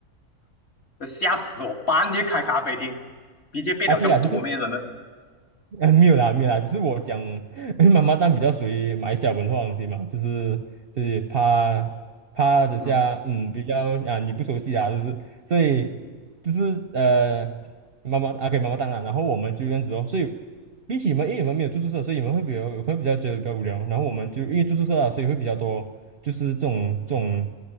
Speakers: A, on the left; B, on the right.
A: 吓死我！半夜开咖啡厅，直接变了像多面人了。
B: 啊，对啊，就是呃，没有啦，没有啦，只是我讲，<laughs> 妈妈蛋比较属于买小文化的东西嘛，就是就是怕怕等下，
A: 嗯
B: 嗯，比较啊你不熟悉啊，就是所以就是呃，妈妈啊给妈妈蛋啊，然后我们就这样子哦，所以比起你们，因为你们没有住宿舍，所以你们会比较会比较觉得比较无聊，然后我们就因为住宿舍啊，所以会比较多就是这种这种